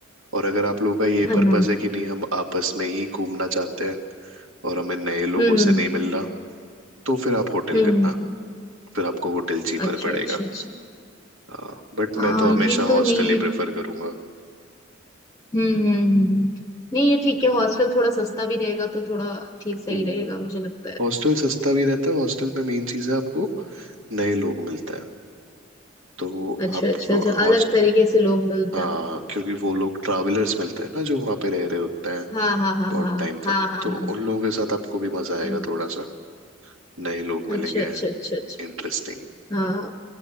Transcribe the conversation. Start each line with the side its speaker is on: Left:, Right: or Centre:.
Right: और अगर आप लोगों का ये
Left: हाँ
Right: पर्पस
Left: हाँ,
Right: है कि नहीं हम आपस में ही घूमना चाहते हैं और हमें नए लोगों
Left: हम्म हम्म
Right: से नहीं मिल रहा तो फिर आप होटल
Left: हम्म, हम्म,
Right: करना
Left: हम्म।
Right: फिर आपको होटल चीपर
Left: अच्छा
Right: पड़ेगा
Left: अच्छा अच्छा
Right: हाँ बट
Left: हाँ
Right: मैं तो हमेशा
Left: ये तो
Right: हॉस्टल
Left: नहीं
Right: ही
Left: ये
Right: प्रेफर करूंगा
Left: हम्म हम्म, हम्म। हम्म। नहीं ये ठीक है हॉस्टल थोड़ा सस्ता भी रहेगा तो थोड़ा ठीक सही
Right: हम्म
Left: रहेगा मुझे लगता है
Right: हॉस्टल सस्ता भी रहता है हॉस्टल में मेन चीज है आपको नए लोग मिलता है तो
Left: अच्छा
Right: आपको
Left: अच्छा अच्छा
Right: हॉस्ट
Left: अलग तरीके से लोग मिलते
Right: हाँ
Left: हैं
Right: क्योंकि वो लोग ट्रैवलर्स मिलते हैं ना जो वहाँ पे रह रहे होते हैं
Left: हाँ हाँ हाँ
Right: बहुत
Left: हाँ
Right: टाइम
Left: हाँ
Right: तक
Left: हाँ
Right: तो
Left: हाँ
Right: उन लोगों के साथ आपको भी मजा आएगा
Left: हाँ
Right: थोड़ा सा नए लोग मिलेंगे
Left: अच्छा अच्छा अच्छा अच्छा
Right: इंटरेस्टिंग
Left: हाँ